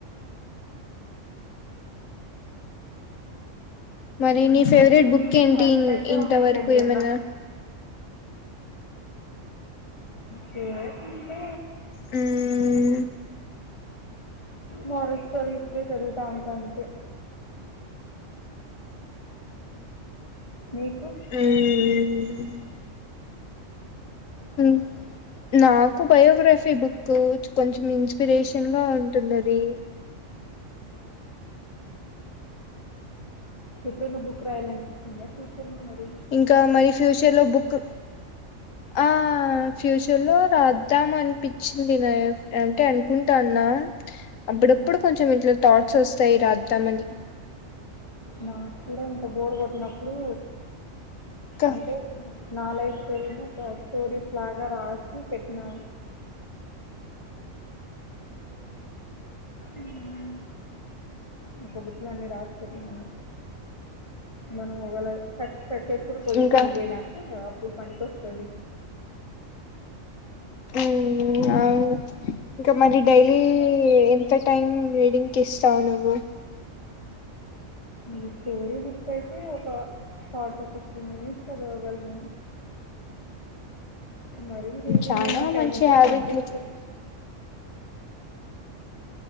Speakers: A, on the left; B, on the left.
A: మరి
B: కానీ
A: నీ ఫేవరెట్ బుక్
B: రీడింగ్
A: ఏంటి
B: హ్యాబిట్ అయితే
A: ఇంతవరకు
B: మెయింటైన్ చేయాలి
A: ఏమైనా
B: ఫెవరెట్ అంటే
A: మ్
B: మోరల్ సటర్వీస్ వే చదుతా ఉంటా అంతే నికు
A: మ్ మ్
B: అ
A: ఉమ్ నాకు బయోగ్రఫీ బుక్ కొంచెం ఇన్స్పిరేషన్గా ఉంటుంది అది
B: ఎప్పుడైనా బుక్ రాయాలనిపిస్తుందా ఫ్యూచర్ లో మరి
A: ఇంకా మరి ఫ్యూచర్ లో బుక్ ఆ ఫ్యూచర్ లో రాద్దాం అనిపించింది నా అంటే అనుకుంటాన్నా అప్పుడప్పుడు
B: మ్మ్.
A: కొంచెం ఇంట్లో థాట్స్ వస్తాయి రాద్దామని
B: నాకు కూడా ఇంకా బోర్ కొట్టినప్పుడు
A: ఇంకా
B: అంటే నా లైఫ్ స్టోరీ ని ఒక స్టోరీస్ లాగా రాసి పెట్టినా మ్ హు ఒక బుక్ లో అన్ని రాసి పెట్టినాను మనం ఒకవేల సక్సెస్ఫుల్ పొజిషన్
A: ఇంకా
B: కి పోయినాక అప్పుడు పనికి వస్తది
A: మ్ అవును ఇంకా మరి డైలీ ఎంత టైం రీడింగ్ కి ఇస్తావు నువ్వు
B: ఈ స్టోరీ బుక్స్ అయితే ఒక ఫార్టీ ఫిఫ్టీ మినిట్స్ చదవగలను మరి డైలీ
A: చాలా
B: రిమైనింగ్ టైమ్
A: మంచి
B: అంతా
A: హ్యాబిట్లు
B: సబ్జెక్ట్